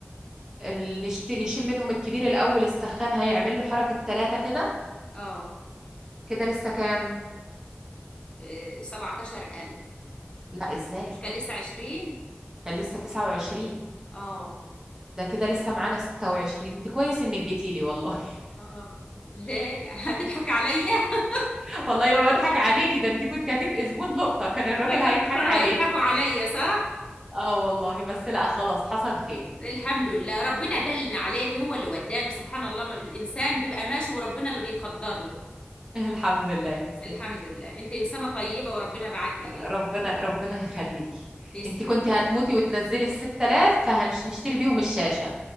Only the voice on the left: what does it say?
اه
آه، سبعتاشر ألف
مش كان لسه عشرين
اه
اه <laughs> ليه هتضحك عليا <laughs>
لا، كان-
كانوا
هيضحكوا عليا صح
الحمد لله ربنا دلنا عليك هو اللي وداني سبحان الله ما- الإنسان بيبقى ماشي وربنا اللي بيقدر له
الحمد لله انت إنسانة طيبة وربنا بعتني إلك
تسلم